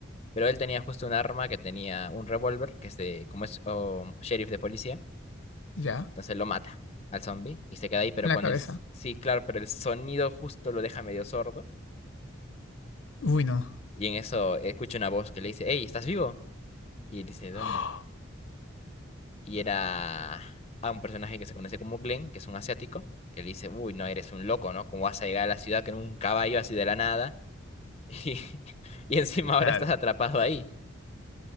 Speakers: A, on the left (about 30°); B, on the left (about 75°).
A: pero él tenía justo un arma que tenía un revólver, que es de, como es oh, sheriff de policía,
B: Ya.
A: entonces lo mata al zombie y se queda ahí, pero
B: En la
A: con
B: cabeza.
A: el, s- sí, claro, pero el sonido justo lo deja medio sordo
B: Uy, no.
A: y en eso escucha una voz que le dice, hey, ¿estás vivo? Y él dice,
B: <gasps>
A: ¿dónde? Y era a un personaje que se conoce como Glenn, que es un asiático, que le dice, uy, no, eres un loco, ¿no? ¿Cómo vas a llegar a la ciudad con un caballo así de la nada? <laughs> Y, y encima
B: Claro.
A: ahora estás atrapado ahí.